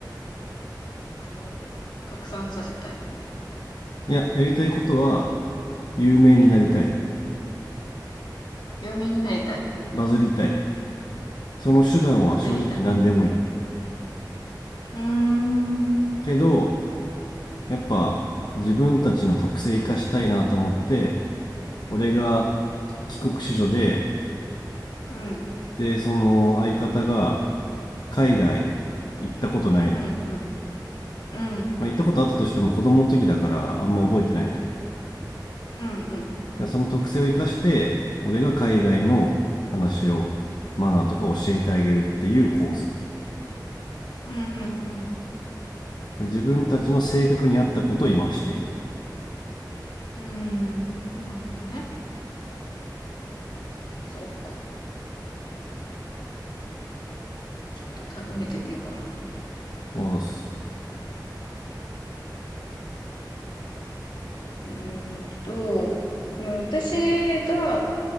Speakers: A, on the left; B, on the left.
A: あの、拡散させたい。
B: いややりたいことは有名になりたい
A: 有名になりたい。
B: バズりたいその手段は正直何でもいい
A: バズりたい。うーん、うん、
B: けどやっぱ自分たちの特性生かしたいなと思って俺が帰国子女で、
A: うん、
B: で、その相方が
A: うん、
B: 海外行ったことないのよ。
A: うん、うん、うん、
B: まあ、行ったことあったとしても子供の時だからあんま覚えてないと。
A: うん、うん、
B: でその特性を生かして、俺が海外の話を、マナーとか教えてあげるっていう構図。
A: うん、うん、
B: 自分たちの性格に合ったことを今している。
A: うん、なるほどね。そうか。ちょっとタグ見てみようかな。
B: あ、そうす。
A: うーんと、でも私が、